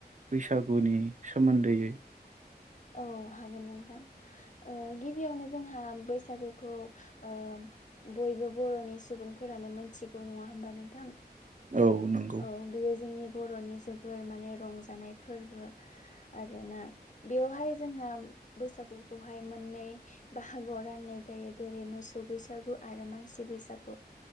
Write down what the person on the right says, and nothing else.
बैसागुनि सोमोन्दैयै।
औ नंगौ